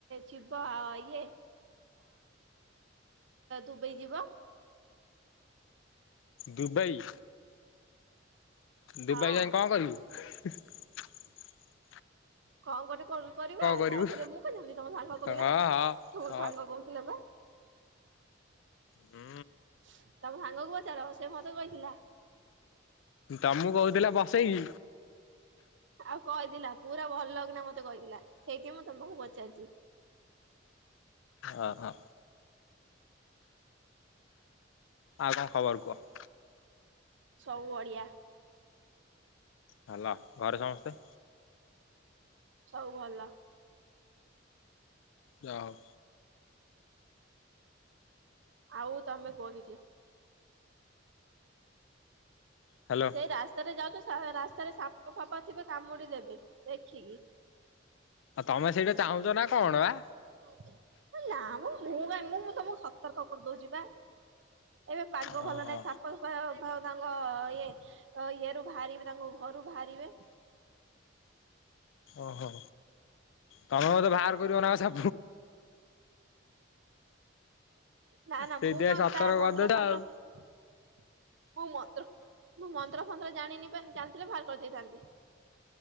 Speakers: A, on the right; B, on the left.
A: ଯିବ ୟେ ଇଏ ଦୁବଇ ଯିବ।
B: ଦୁବାଇ? ଦୁବାଇ
A: ହଁ
B: ଯାଇ କଣ କରିବି? <inaudible>
A: କଣ ଗୋଟେ କରିବ ଆଉ
B: କରିବୁ
A: କଣ କରବ ମୁଁ କଣ ଜାଣିଲି ତମ ସାଙ୍ଗ କହୁଥିଲା
B: ହଁ ହଁ।
A: ସବୁ ସାଙ୍ଗ କହୁଥିଲେ ବା।
B: ହଁ
A: <inaudible> ତମ ସାଙ୍ଗକୁ ପଚାର ସେ ମତେ କହିଥିଲା।
B: ତମକୁ କହୁଥିଲେ ବସ ସେଇ
A: ଆଉ କହିଥିଲା, ପୁରା ଭଲ କିନା ମୋତେ କହିଥିଲା। ସେଇଥି ମୁଁ ତୋମକୁ ପଚାରୁଚି।
B: ଓ, ହଁ। ଆଉ କଣ ଖବର କୁହ?
A: ସବୁ ଓଡ଼ିଆ।
B: ହେଲା ଘରେ ସମସ୍ତେ
A: ସବୁ ଭଲ।
B: ଯା ହଉ।
A: ଆଉ ତୋମେ କୁହ କିଛି।
B: ହ୍ୟାଲୋ
A: ସେଇ ରାସ୍ତାରେ ଯାଉଚ ଥ-ରାସ୍ତାରେ ସାପ ଫାପ ଥିବେ କାମୁଡି ଦେବେ ଦେଖିକି।
B: ଆଉ ତମେ ସେଇଟା ଚାହୁଁଛ ନା କଣ ବା?
A: ହଁ, ନା ମୋ। ମୁଁ କାଇଁ ମୁଁ ତୋମକୁ ସତର୍କ କରିଦଉଚି ବା। ଏବେ ପାଗ
B: ଓହୋ
A: ଭଲ ନାହିଁ। ସାପ ଫାପ ଭ ତାଙ୍କ ଇଏ ଅ, ଇଏରୁୁ ବାହାରିବେ ତାଙ୍କ ଘରୁ ବାହାରିବେ।
B: ଓହୋ! ତୋମେ ବୋଧେ ବାହାର କରିବ ନା ସା
A: ନା ନା
B: ସେଇଥିପାଇଁ
A: ମୁଁ କଣ
B: ସତର୍କ
A: ତା ମନ୍ତ୍ର
B: କରିଦଉଛ
A: ଫନ୍ତ୍ର
B: ଆଉ।
A: ମୁଁ ମନ୍ତ୍ର ମୁଁ ମନ୍ତ୍ର ଫନ୍ତ୍ର ଜାଣିନି ପାନ ଜାଣିଥିଲେ ଭାର କରିଦେଇଥାନ୍ତି।